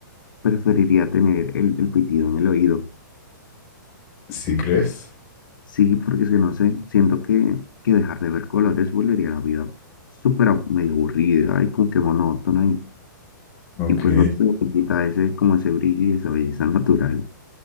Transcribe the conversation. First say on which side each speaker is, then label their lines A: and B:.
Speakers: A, on the left; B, on the left.
A: preferiría tener el, el pitido en el oído.
B: ¿Sí crees?
A: Sí, porque es que no sé, siento que, que dejar de ver colores volvería a la vida súper abu- medio aburrida y como que monótona
B: Ok.
A: Y pues no se le quita ese, como ese brillo y esa belleza natural.